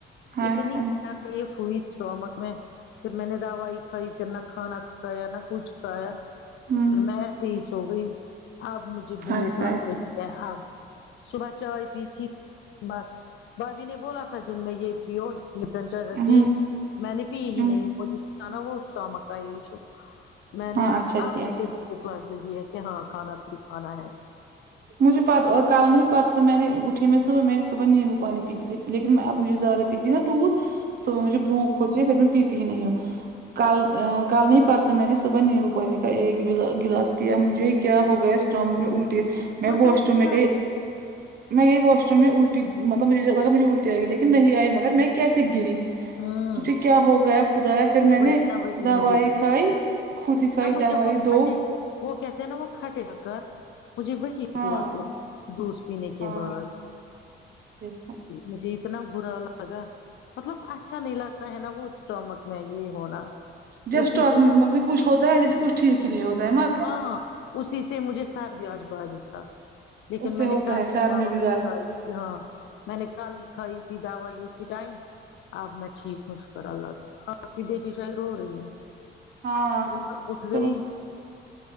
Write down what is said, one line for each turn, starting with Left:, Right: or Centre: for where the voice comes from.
Right: ہائے
Left: اتنی
Right: ہائے
Left: تکلیف ہوی اسٹامک میں پھر میں نے دوائی کھائی پھر نہ کھانا کھایا نہ کچھ کھایا
Right: ہوں
Left: پھر میں ایسے ہی سو گئی اب مجھے بھوک
Right: ہائے ہائے
Left: لگ رہی ہے اب صبح چائے پی تھی بس بھابھی نے بولا تھا دن میں یہ پیو ن جی
Right: ہوں
Left: میں نے بھی یہی
Right: ہوں
Left: نہیں مجھ نا وہ اسٹامک کا یہی <unintelligible> میں
Right: ہاں
Left: نے
Right: اچھا
Left: اب
Right: کیا
Left: مجھے بھوک لگ رہی ہے کہ ہاں کھانا بھی کھانا ہے
Right: مجھے پات کل نہیں پرسوں میں نے اٹھی میں صبح میں صبح نیمبو پانی پیتی تھی لیکن اب مجھے زارہ پی تھی نا دودھ صبح مجھے بھوک ہوتی ہے پھر میں پیتی ہی نہیں ہوں کل کل نہیں پرسوں میں نے صبح نیمبو پانی کا ایک ایک گلاس پیا مجھے کیا ہو گیا شام میں بھی الٹی کے میں
Left: پتا
Right: واش
Left: نہیں
Right: روم
Left: کیا
Right: میں گے
Left: ہو رہا
Right: میں گئی واش رومم میں الٹی مطلب مجھے لگا مجھے الٹی آئی لیکن نہیں آئی مگر میں کیسے گری گی
Left: ہے
Right: پھر کیا ہو گیا خدایا پھر میں
Left: وہی
Right: نے
Left: نہ وہی
Right: دوائی
Left: مجھے بھی ہو
Right: کھائی خو د کھائی
Left: نہ مجھے
Right: د وائی
Left: وہ
Right: دو
Left: کھٹے وہ کہتے ہیں نا وہ کھٹےڈا کر مجھے وہی
Right: ہاں
Left: ہوا کہ جوس پینے کے
Right: ہاں
Left: بعد
Right: دیکھا
Left: مجھے اتنا برا لگا مطلب اچھ اچھا نہیں لگتا ہے نا وہ اسٹامک میں یہ ہونا
Right: جب
Left: اسی
Right: اسٹاک
Left: سے
Right: مطلب کچھ ہوتا ہے جیسے کچھ ٹھیک ہی نہیں ہوتا ہے ماں آپ
Left: ہاں اسی سے مجھے سر بیاج بھاری تھا لیکن
Right: اس سے
Left: میں
Right: ہوتا
Left: نے کل
Right: ہے سر
Left: ہی دوائی
Right: میں بھی درد
Left: کائی ہاں میں نے کل ہی کھائی تھی دوائی اسی ٹائم اب میں ٹھیک ہوں شکر اللہ کا آپ کی بیٹی شاید ر ہو رہی ہے
Right: ہاں
Left: یہ اٹھتے رہی
Right: چلو